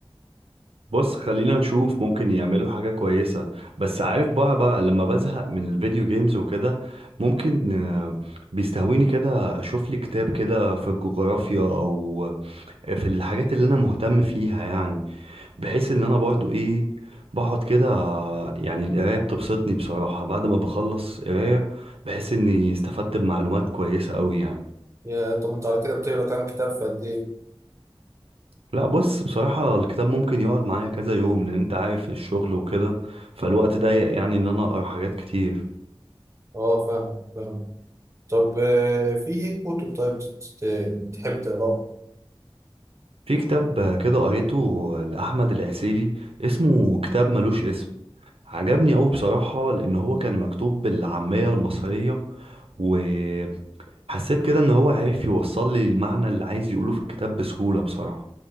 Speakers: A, on the right (about 80°); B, on the right (about 30°).
A: بص خلينا نشوف ممكن يعملوا حاجة كويسة بس عارف بقى بقى لما بزهق من الفيديو جيمز وكده ممكن آه، بيستهويني كده اشوف لي كتاب كده في الجغرافيا او في الحاجات اللي انا مهتم فيها يعني بحيث ان انا برضو ايه بقعد كده آه، يعني القراية بتبسطني بصراحة بعد ما بخلص قراية بحس اني استفدت بمعلومات كويسة قوي يعني
B: يا طب انت على كده بتقرا كام كتاب في قد ايه
A: لا بص بصراحة الكتاب ممكن يقعد معايا كذا يوم لأن أنت عارف الشغل وكده فالوقت ضيق يعني إن أنا أقرأ حاجات كتير
B: اه فاهم فاهم طب آه، في ايه كتب طيب بت- بتحب تقراها؟
A: في كتاب كده قريته لأحمد العسيلي اسمه كتاب ملوش اسم عجبني أوي بصراحة لأن هو كان مكتوب بالعامية المصرية وحسيت كده إن هو عارف يوصل لي المعنى اللي عايز يقوله في الكتاب بسهولة بصراحة